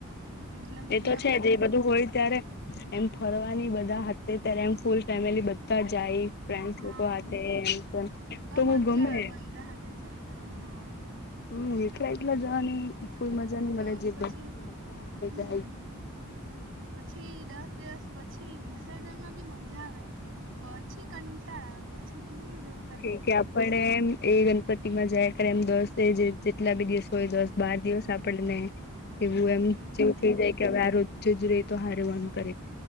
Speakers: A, on the right; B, on the left.
A: એટલે મજા
B: એતો
A: આવે
B: છે, જ એ બધું હોય ત્યારે એમ ફરવાની બધા હાથે ત્યારે એમ ફૂલ ફેમિલી બધા જાય ફ્રેન્ડસ
A: હા
B: લોકો હાથે એમ તેમ
A: તો
B: તોહુ
A: મજા
B: ગમે
A: <unintelligible> જાય તો હ
B: હમ એટલા એકલા જવાની
A: એક
B: કોઈ મજા ની
A: તો
B: મળે જે
A: પછી
B: બ જે બધા હાથે
A: હમ
B: જાય
A: પછી દસ દિવસ પછી વી સજનમાં જાવ આવે પછી કંટાળ આવે પછી હું જેવુ
B: કેય કે આપડે એમ એ ગણપતિમાં જાય <unintelligible> કેટલા બી દિવસ હોય દસ બાર દિવસ આપણને એવું
A: હમ
B: એમ જેવું
A: એટલે
B: થે જાય કે અવે આ રોજ જ રેય તો હારવાનું